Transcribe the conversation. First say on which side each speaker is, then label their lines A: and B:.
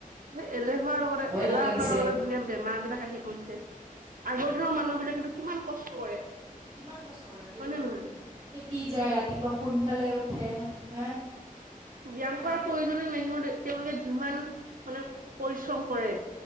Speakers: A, on the right (about 70°); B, on the right (about 45°).
A: সেই এলে হোৱাৰ লগতে এলাহ
B: নালাগিছে
A: অহাৰ লগ ধুনীয়া বেমাৰ বিলাক আহি পৰিছে আগৰ দিনৰ মানুহ বিলাকো কিমান কষ্ট কৰে।
B: কিমান কষ্ট কৰে সেইটোয়ে
A: হয় নে নহয়?
B: খেতি যায় ৰা ৰাতিপুৱা সোনকালে উঠে হে।
A: ব্যায়াম
B: আজিকালি
A: কৰাৰ প্ৰয়োজনে নাই সিহত তেওলোকে যিমান মানে পৰিশ্ৰম কৰে।